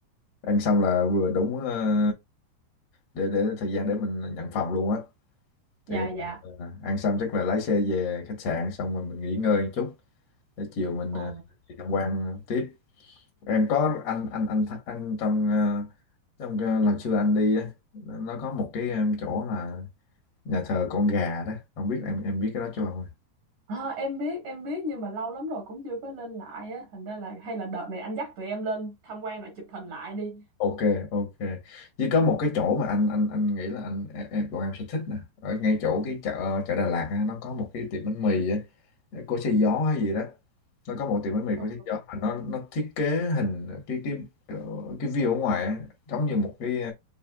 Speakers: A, on the left (about 75°); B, on the right (about 70°).
A: ăn xong là vừa đúng ờ, để để thời gian để mình nhận phòng luôn á thì
B: dạ dạ
A: ờ, ăn xong chắc là lái xe về khách sạn xong rồi mình nghỉ ngơi một chút để chiều mình
B: ờ
A: ờ, đi tham quan tiếp em có anh anh anh th- anh trong ờ, trong cái lần xưa anh đi á nó có một cái em, chỗ là nhà thờ con gà đó không biết em em biết cái đó chưa không
B: Ờ, em biết em biết nhưng mà lâu lắm rồi cũng chưa có lên lại á thành ra là hay là đợt này anh dắt tụi em lên tham quan lại chụp hình lại đi
A: ok ok chỉ có một cái chỗ mà anh anh anh nghĩ là anh em em- bọn em sẽ thích nè ở ngay chỗ cái chợ chợ Đà Lạt á, nó có một cái tiệm bánh mì á, của xe gió hay gì đó nó có một tiệm bánh mì
B: ờ
A: của xe gió mà nó nó thiết kế hình cái cái ờ, cái view ở ngoài á, giống như một cái